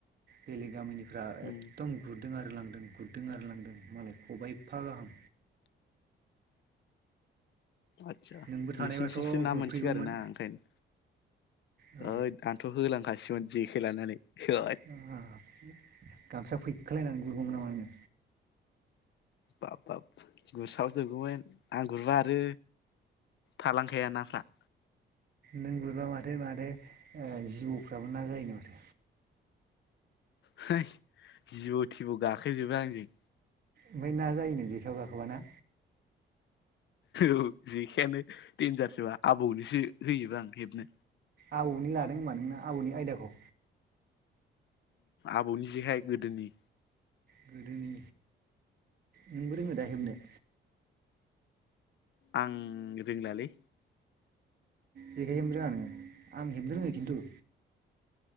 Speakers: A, on the right; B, on the left.
A: बेलेग गामिनिफ्राय
B: उम
A: एकदम गुरदों आरो लांदों गुरदों आरो लांदों मालाय खबाइफा गाहाम।
B: आदसा
A: नोंबो थानायबाथ'
B: नोंसिनिथिंसो ना
A: गुरफैगौमोन
B: मोनसो गारोना ओंखायनो।
A: औ
B: ओइ आंथ' होलांखासैमोन जेखाय लानानै। होद
A: <unintelligible> गामसा फैखोलायनानै गुरगौमोन नामा नोङो?
B: बाब बाब गुरस्रावजोबगौमोन आं गुरबा आरो थालांखाया नाफ्रा।
A: नों गुरब्ला माथो माथो ओ जिबौफ्राबो ना जायोनो माथो?
B: है जिबौ थिबौ गाखोजोबो आंजों।
A: ओमफाय ना जायोनो जेखाइआव गाखोबा ना?
B: औ, जेखाइ आनो देनजारसोबा आबौनोसो होयोबा आं हेबनो।
A: आबौनि लादों होनबा नों आबौनि आयदाखौ?
B: आबौनि जेखाय गोदोनि
A: गोदोनि, नोंबो रोङो दा हेबनो?
B: आं रोंला लै।
A: जेखाइ हेबनो रोङा नोङो? आं हेबनो रोङो खिन्थु।